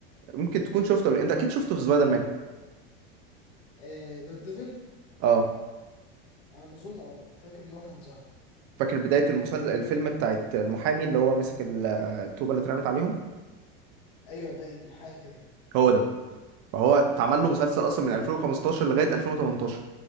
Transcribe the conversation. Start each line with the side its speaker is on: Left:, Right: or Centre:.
Right: ممكن تكون شفته قبل انت اكيد شفته في سبايدر مان
Left: آه دار ديفل
Right: اه
Left: على ما اظن اه فاكر ان هو كان ظاهر
Right: فاكر بدايه المسلسل الفيلم بتاعت المحامي اللي هو مسك ال- آه، الطوبه اللي اترمت عليهم
Left: ايوه باين حاجه كده
Right: هو ده فهو اتعمل له مسلسل اصلا من 2015 لغايه 2018